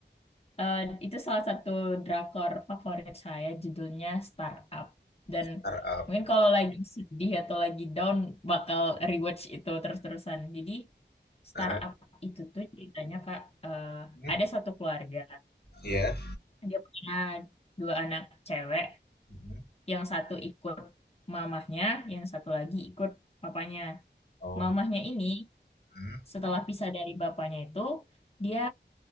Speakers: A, on the left (about 30°); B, on the left (about 60°).
A: eh, itu salah satu drakor favorit saya judulnya Startup dan
B: startup
A: mungkin kalau lagi sedih atau lagi down bakal rewatch itu terus-terusan jadi Startup
B: Heeh.
A: itu tuh ceritanya Kak eh,
B: Hmm.
A: ada satu keluarga
B: Iya.
A: dia punya dua anak cewek
B: Hmm.
A: yang satu ikut mamahnya yang satu lagi ikut papanya
B: Oh
A: mamahnya ini
B: Hmm.
A: setelah pisah dari bapaknya itu dia